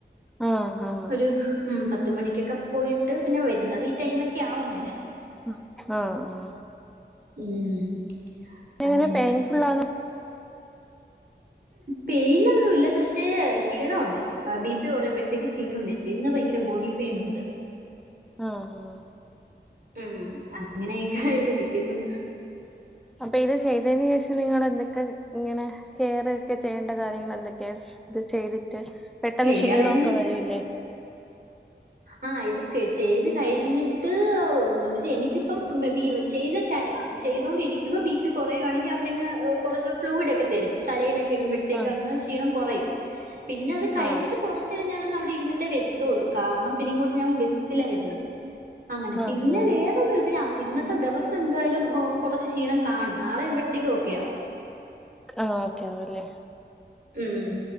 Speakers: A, in the centre; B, on the right.
A: ആ ആ
B: ഒരു മ് പത്ത് പത്ത് മണിക്കൊക്കെ പോയിട്ട് പിന്നെ വരുന്നത് ഈ ടൈമൊക്കെയാവും വരാൻ.
A: ആഹ ആ ആ
B: ഉം
A: എങ്ങനെ
B: അങ്ങനെയൊക്കെ.
A: പെയിൻഫുളാന്നോ? <inaudible>
B: പെയിനൊന്നൂല്ല. പക്ഷേ ക്ഷീണ ഒണ്ട് അ ബി പി കുറയുമ്പോഴത്തേക്ക് ക്ഷീണം വരും ഇന്ന് ഭയങ്കര ബോഡി പെയിനുണ്ട്.
A: ആഹ ആഹാ
B: ഉം. അങ്ങനെയൊക്കെയായിരിക്കുന്ന്.
A: അപ്പൊ ഇത് ചെയ്തതിനേഷം നിങ്ങ ന്തൊക്കെ ഇങ്ങനെ കെയർ ഒക്കെ ചെയ്യേണ്ട കാര്യങ്ങൾ എന്തൊക്കെയാ ഇത് ചെയ്തിട്ട് പെട്ടന്ന്
B: കെയറീന്ന്
A: ക്ഷീണൊക്കെ വരൂല്ലേ?
B: ആഹ് ഇതക്കെ ചെയ്ത് കഴിഞ്ഞിട്ട് വ വ ന്ന്വെച്ച എനിക്കിപ്പം ബെ ബി ചെയ്ത് കഴിഞ്ഞ് അ ചെയ്തുകൊണ്ടിരിക്കുമ്പോ ബി പി കുറയുവാണങ്കി അവരങ് ഇ കുറച്ച് ഫ്ലൂയിഡ് ഒക്കെ തരും. സലൈനൊക്കെ ഇടുമ്പഴത്തേക്ക്
A: ആ
B: അങ്ങ് ക്ഷീണം കൊറയും. പിന്നെ അത് കഴിഞ്ഞിട്ട്
A: ആ
B: കൊറച്ചേരം ഞാനൊന്ന് അവിടെ ഇരിന്നിട്ടെ വരത്തൊള്ളൂ. കാരണം പിന്ന ഇങ്ങോട്ട് ഞാൻ ബെസ്സിലാ വരുന്നത്. അങ്ങനെ
A: ആ
B: പിന്നെ
A: ആ
B: വേറെൊന്നുമി പിന്നെ ഇന്നത്തെ ദിവസം എന്തുവായാലും ഓ കൊറച്ചു ക്ഷീണം കാണും. നാളെയാവു മ്പഴത്തേക്കും ഓക്കെ യാവും.
A: ആഹ ഓക്കെ ആവുല്ലേ?
B: ഉം